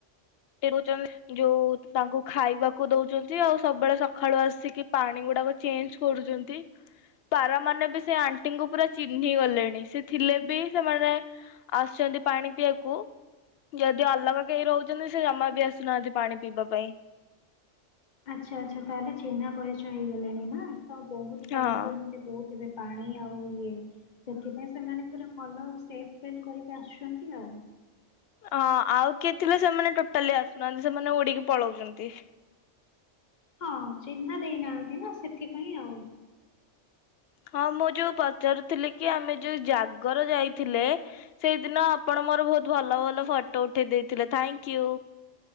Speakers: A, on the left; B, on the left.
A: ର ଯୋଉ ତାଙ୍କୁ ଖାଇବାକୁ ଦଉଛନ୍ତି ଆଉ ସବୁବେଳେ ସକାଳୁ ଆସିକି ପାଣି ଗୁଡାକ ଚେଞ୍ଜ କରୁଛନ୍ତି ପାରା ମାନେ ବି ସେ ଆଣ୍ଟିଙ୍କୁ ପୁରା ଚିହ୍ନି ଗଲେଣି ସେ ଥିଲେ ବି ସେମାନେ ଆସୁଛନ୍ତି ପାଣି ପିଇବାକୁ ଯଦି ଅଲଗା କେହି ରହୁଛନ୍ତି। ଜମା ବି ଆସୁନାହାନ୍ତି ପାଣି ପିଇବା ପାଇଁ।
B: ଆଚ୍ଛା ଆଚ୍ଛା ତାହଲେ ଚିହ୍ନା ପରିଚୟ ହେଇଗଲଣିି ନା। ତ ବହୁତ
A: ହଁ
B: ଟାଇମ ରୁ ଏମିତି କହୁଥିବେ ପାଣି ଆଉ ଇଏ। ସେଥିପାଇଁ ସେମାନେ ପୁରା ଭଲ ସେ ଫିଲ୍ କରିକି ଆସୁଛନ୍ତି ଆଉ।
A: ହଁ ଆଉ କିଏ ଥିଲେ ସେମାନେ ଟୋଟାଲି ଆସୁନାହାନ୍ତି ସେମାନେ ଉଡିକି ପଳଉଛନ୍ତି।
B: ହଁ ଚିହ୍ନା ଦେଇନାହାନ୍ତି ନା ସେଥିପାଇଁ ଆଉ।
A: ହଁ ମୁଁ ଯୋଉ ପଚାରୁଥିଲି କି ଆମେ ଯୋଉ ଜାଗର ଯାଇଥିଲେ ସେଇଦିନ ଆପଣ ମୋର ବହୁତ ଭଲ ଭଲ ଫଟୋ ଉଠେଇ ଦେଇଥିଲେ ଥ୍ୟାଙ୍କ ୟୁ।